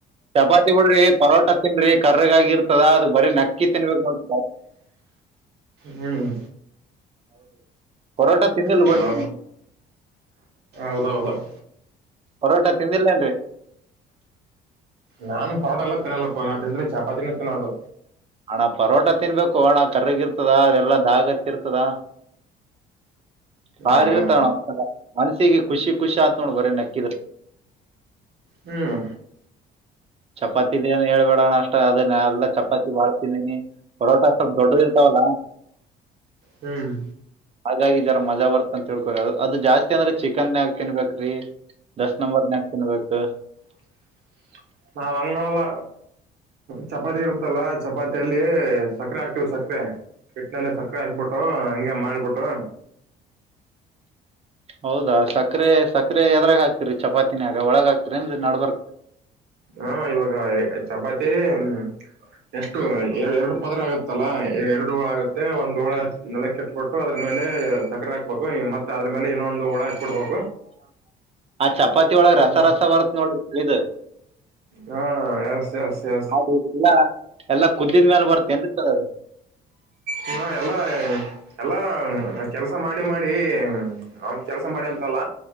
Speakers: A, on the right (about 35°); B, on the right (about 75°).
A: ಚಪಾತಿ ಉಳ್ರಿ ಪರೋಟಾ ತಿನ್ ಕರ್ರಗ ಆಗರ್ತ ದ ಅದು ಬರೀ ನಕ್ಕಿ ತಿನ್ಬೇಕು ನೋ
B: ಹ್ಮ್.
A: ಪರೋಟ ತಿಂದಿಲ್
B: ಹ
A: ಬಿಡ್ರಿ
B: ಹದಾವ ಬನ್
A: ಪರೋಟ ತಿಂದಿಲ್ಲೇನ್ರಿ
B: ನಾನ್ ಪಾಡ ಎಲ್ಲ ತಿನ್ನಲ್ಲ ಪ ಅ ತಿಂದ್ರೆ ಚಪಾತಿನ ತಿನ್ನೋದು
A: ಹಣ್ಣ ಪರೋಟ ತಿನ್ಬೇಕು ಅಣ ಕರಗ ಇರ್ತದ ಅದೆಲ್ಲಾ ಅ ಆಗತ್ತರ್ತದಾ ಭಾರಿ
B: ಹೌದಾ
A: ಇರ್ತಾನ ಮನ್ಸಿಗೆ ಖುಷಿ ಖುಷಿ ಆತ್ ನೋಡ್ ಬರೇ ನಕ್ಕಿದ್ರ
B: ಹ್ಮ್
A: ಚಪಾತಿ ಇದ ಏನ್ ಹೇಳ್ಬೇಡೋಣ ಅಷ್ಟ ಅದ ಎಲ್ಲ ಚಪಾತಿ ಬಾಳ್ತಿಂದೀನಿ ಪರೋಟ ಸ್ವಲ್ಪ ದೊಡ್ಡ ಇರ್ತಾವಲ್ಲಾ
B: ಹ್ಮ್
A: ಹಾಗಾಗಿ ಜರ ಮಜಾ ಬರ್ತ್ತ ಅಂತ ಹೇಳ್ಕೊ್ರಿ ಅದು ಜಾಸ್ತಿ ಅಂದ್ರೆ ಚಿಕನ್ಗ ತಿನ್ಬೇಕೇ್ರಿ ದಸ್ ನಂಬರ್ನ್ಯಾಕ ತಿನ್ಬೇಕು
B: <inaudible> ನಾವಂಗ ಮಾಡಲ್ಲ ಚಪಾತಿ ಇರುತ್ತಲ್ಲ ಚಪಾತಿಯಲ್ಲಿ ಸಕ್ಕರೆೆ ಆಾಕ್ತೀವ್ ಸಕ್ಕರೆ ಎಟ್ಿನಲ್ಲ ಸಕ್ಕರೆ ಹತ್ಬಿಟ್ಟು ಹಿಂಗ ಮಾಡ್ಬಿಟ್ಟು
A: ಹೌದಾ ಸಕರೆ ಸಕರೆ ಎದರಾಗ ಹಕ್ತಿರಿ ಚಪಾತಿನಿಯಾಗ ಒಳಗ ಹಾಕ್ತಿರಿ ಅಂದ ನಡ್ಬರ್
B: ಹಾ ಇವಾಗ ಚಪಾತಿ ಹ್ಮ ಎಷ್ಟು ಎರಡು ಪದರ ಆಗುತ್ತಲ್ಲ ಎರಡು ಳ ಆಗುತ್ತೆ ಒಂದು ಒಳ ನೆಲಕ್ಕೆ ಇಟ್ಬಿಟ್ಟು ಅದ್ರ ಮೇಲೆ ಸಕ್ಕರೆ ಹಾಕ್ಬೇಕು ಮತ್ತೆ ಅದ್ರ ಮೇಲೆ ಇನ್ನೊಂದು ಒಳ ಹಾಕ್ಬಿಡ್ಬೇಕು
A: ಆ ಚಪಾತಿ ಒಳಗ್
B: ಹ್ಮ್
A: ರಸ ರಸ ಬರ್ತ್ ನೋಡ್ರಿಳಿದ
B: ಹಾ ಎಸ್ ಎಸ್ ಎಸ್
A: ಹಾಗ ಎಲ್ಲಾ ಎಲ್ಲಾ ಕುದ್ದಿದ್ಮೇಾಲ ಬರ್ತೇನ್ೀ ರ
B: ಹಾ ಎಲ್ಲಾ ಎಲ್ಲಾ ಕೆಲ್ಸ ಮಾಡಿ ಮಾಡಿ ಅವನ್ ಕೆಲ್ಸ ಮಾಡಿ ಅಂತ ಲ್ಲ